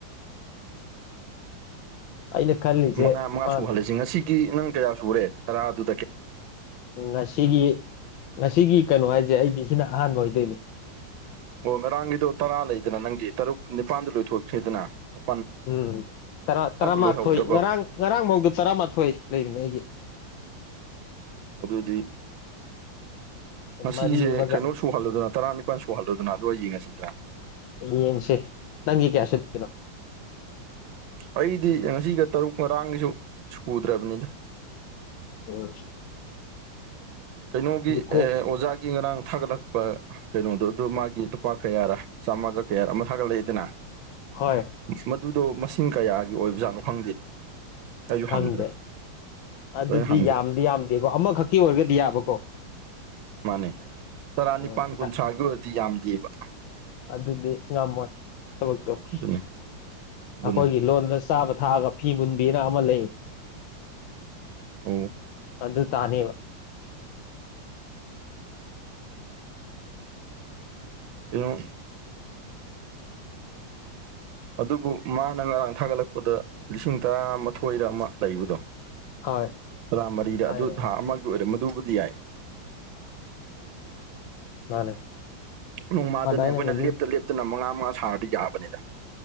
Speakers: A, on the left; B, on the right.
A: ꯑꯩꯅ ꯈꯜꯂꯤꯁꯦ
B: ꯃꯉꯥ ꯃꯉꯥ
A: ꯃꯥ
B: ꯁꯨꯍꯜꯂꯁꯤ ꯉꯁꯤꯒꯤ ꯅꯪ ꯀꯌꯥ ꯁꯨꯔꯦ ꯇꯔꯥꯗꯨ
A: ꯉꯁꯤꯒꯤ ꯉꯁꯤꯒꯤ ꯀꯩꯅꯣ ꯍꯥꯏꯁꯦ ꯑꯩꯗꯤ ꯁꯤꯅ ꯑꯍꯥꯟꯕ ꯑꯣꯏꯗꯣꯏꯅꯤ
B: ꯑꯣ ꯉꯔꯥꯡꯒꯤꯗꯣ ꯇꯔꯥ ꯂꯩꯗꯅ ꯅꯪꯒꯤ ꯇꯔꯨꯛ ꯅꯤꯄꯥꯟꯗ ꯂꯣꯏꯊꯣꯛꯁꯤꯗꯅ ꯫
A: ꯎꯝ ꯇꯔꯥꯃꯥꯊꯣꯏ
B: ꯂꯣꯏꯍꯧꯗ꯭ꯔꯕꯕ
A: ꯉꯔꯥꯡ ꯉꯔꯥꯡꯐꯧꯗ ꯇꯔꯥꯃꯥꯊꯣꯏ ꯂꯩꯕꯅꯦ ꯑꯩꯒꯤ
B: ꯑꯗꯨꯗꯤ ꯉꯁꯤꯁꯦ
A: ꯃꯔꯤ ꯑꯃꯒ
B: ꯀꯩꯅꯣ ꯁꯨꯍꯜꯂꯗꯅ ꯇꯔꯥꯅꯤꯄꯥꯜ ꯁꯨꯍꯜꯂꯣꯗꯅ ꯑꯗꯨꯒ ꯑꯩ ꯌꯦꯡꯉꯁꯤꯗ꯭ꯔꯥ
A: ꯌꯦꯡꯁꯦ ꯅꯪꯒꯤ ꯀꯌꯥ ꯁꯠꯇꯣꯏꯅꯣ
B: ꯑꯩꯗꯤ ꯉꯁꯤꯒ ꯇꯔꯨꯛ ꯉꯔꯥꯡꯒꯤꯁꯨ ꯁꯨꯗ꯭ꯔꯕꯅꯤꯗ
A: ꯑꯣ
B: ꯀꯩꯅꯣꯒꯤ
A: ꯀꯣꯛ
B: ꯑꯦ ꯑꯣꯖꯥꯒꯤ ꯉꯔꯥꯡ ꯊꯥꯒꯠꯂꯛꯄ ꯀꯩꯅꯣꯗꯣ ꯑꯗꯨ ꯃꯥꯒꯤ ꯂꯨꯄꯥ ꯀꯌꯥꯔ ꯆꯥꯝꯃꯒ ꯀꯌꯥꯔ ꯑꯃ ꯊꯥꯒꯠꯂꯛꯏꯗꯅ
A: ꯍꯣꯏ
B: ꯃꯗꯨꯗꯣ ꯃꯁꯤꯡ ꯀꯌꯥꯒꯤ ꯑꯣꯏꯕꯖꯥꯠꯅꯣ ꯈꯪꯗꯦꯅꯦ ꯑꯩꯁꯨ ꯍꯪꯗ꯭ꯔꯦ
A: ꯈꯪꯗꯦ ꯑꯗꯨꯗꯤ
B: ꯂꯣꯏꯅ ꯍꯪꯗꯦ
A: ꯌꯥꯝꯗꯤ ꯌꯥꯝꯗꯦꯀꯣ ꯑꯃꯈꯛꯀꯤ ꯑꯣꯏꯔꯒꯗꯤ ꯌꯥꯕꯀꯣ
B: ꯃꯥꯅꯦ ꯇꯔꯥꯅꯤꯄꯥꯥꯟ
A: ꯎꯝ ꯄꯩꯁꯥ
B: ꯀꯨꯟꯊ꯭ꯔꯥꯒꯤ ꯑꯣꯏꯔꯗꯤ ꯌꯥꯝꯗꯦꯕ
A: ꯑꯗꯨꯗꯤ ꯉꯝꯃꯣꯏ ꯊꯕꯛꯇꯣ ꯑꯩꯈꯣꯏꯒꯤ
B: ꯑꯗꯨꯅꯤ ꯑꯗꯨꯅꯤ
A: ꯂꯣꯟꯗ ꯆꯥꯕ ꯊꯛꯑꯒ ꯐꯤ ꯃꯨꯟꯕꯤꯅ ꯑꯃ ꯂꯩꯌꯦ
B: ꯑꯣ
A: ꯑꯗꯨ ꯇꯥꯅꯦꯕ
B: ꯌꯦꯉꯣ ꯑꯗꯨꯕꯨ ꯃꯥꯅ ꯉꯔꯥꯡ ꯊꯥꯒꯠꯂꯛꯄꯗ ꯂꯤꯁꯤꯡ ꯇꯔꯥ ꯃꯥꯊꯣꯏꯔ ꯑꯃ ꯂꯩꯕꯗꯣ
A: ꯍꯣꯏ
B: ꯇꯔꯥꯃꯔꯤꯗ
A: ꯍꯥꯏꯔꯦ
B: ꯑꯗꯨ ꯊꯥ ꯑꯃꯒꯤ ꯑꯣꯏꯔꯝ ꯃꯗꯨꯕꯨꯗꯤ ꯌꯥꯏ
A: <unintelligible>
B: ꯅꯣꯡꯃꯥꯗꯅꯦ
A: ꯑꯗꯥꯏꯅ
B: ꯑꯩꯈꯣꯏꯅ
A: ꯑꯗꯨꯝ
B: ꯂꯦꯞꯇ ꯂꯦꯞꯇꯅ ꯃꯉꯥ ꯃꯉꯥ ꯁꯥꯔꯗꯤ ꯌꯥꯕꯅꯤꯗ